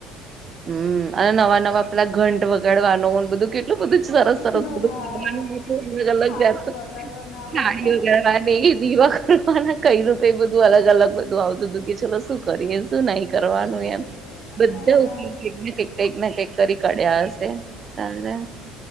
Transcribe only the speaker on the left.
કેટલું
હા
થાળી
વગાડો ના વગાડો
શું કરીએ
હા